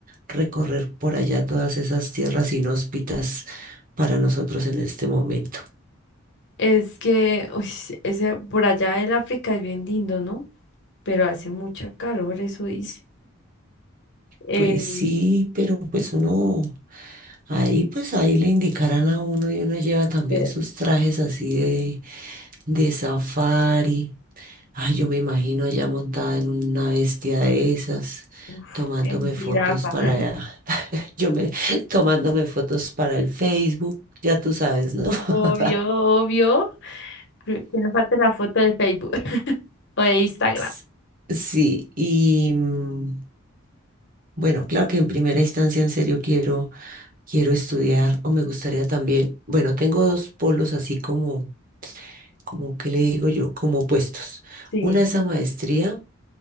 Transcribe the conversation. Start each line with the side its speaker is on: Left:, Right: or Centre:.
Right: recorrer por allá todas esas tierras inhóspitas para nosotros en este momento.
Left: Es que, ush, ese, por allá el África es bien lindo, ¿no? Pero hace mucha calor, eso dice. Eh,
Right: Pues sí, pero pues uno, ahí pues ahí le indicarán a uno y uno lleva también
Left: eh,
Right: sus trajes así de, de safari Ay, yo me imagino allá montada en una bestia de esas,
Left: uf,
Right: tomándome
Left: en
Right: fotos
Left: jirafa.
Right: para,
Left: <laughs>
Right: <laughs> yo me, tomándome fotos para el Facebook, ya tú sabes, ¿no?
Left: Obvio,
Right: <laughs>
Left: obvio. Que que no falte la foto de Facebook <laughs> o de Instagram.
Right: S- Sí, y mm, bueno, claro que en primera instancia en serio quiero, quiero estudiar o me gustaría también, bueno, tengo dos polos así como, como, ¿qué le digo yo? Como opuestos.
Left: sí.
Right: Una es a maestría,